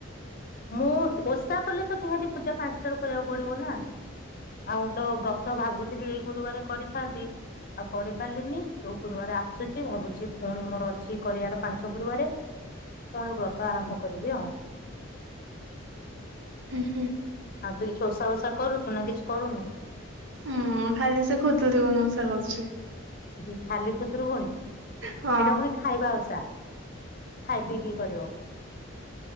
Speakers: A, on the left; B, on the right.
A: ମୁଁ ଓଷା କଲେ ତ ନିହାତି ପୂଜା ପାଞ୍ଚଟାରୁ କରିବାକୁ ପଡିବ ନା? ଆଉ ତ ବ୍ରତ ଭାବୁଥିଲି ଏଇ ଗୁରୁବାରେ କରିଥାନ୍ତି ଆଉ କରିପାରିଲିନି, ଯୋଉ ଗୁରୁବରେ ଆସୁଛି ଭାବୁଛି ଫୁଣି ମୋର ଅଛି କରିବାର ପାଞ୍ଚ ଗୁରୁବାରେ ପୁଣି ବ୍ରତ ଆରମ୍ଭ କରିବି ଆଉ
B: ଉ ହୁଁ
A: ଆଉ ତୁଇ ଚୁସା ଫସା କରୁଛୁ ନା କିଛି କରୁନୁ?
B: ମୁଁ ଖାଲି ସେ ଖୁଦୁରୁକୁଣୀ ଓଷା କରୁଚି।
A: ହୁଁ ଖାଲି ଖୁଦୁରୁକୁଣୀ!
B: ହଁ।
A: ଏଇଟା ପୁଣି ଖାଇବା ଓଷା, ଖାଇ ପିଇକି କରିବ।